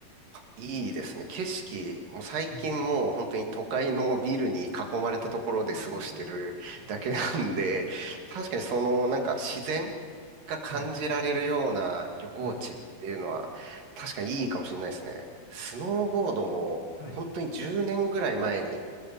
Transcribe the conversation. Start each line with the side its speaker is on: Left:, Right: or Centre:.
Right: いいですね。景色、もう最近もう本当に都会のビルに囲まれたところで過ごしてるだけなんで、
Left: うんおー、はい。
Right: 確かにそのなんか自然が感じられるような旅行地っていうのは、
Left: はい。はい。
Right: 確かにいいかもしれないですね。スノーボードも、
Left: はい。
Right: 本当に10年ぐらい前に、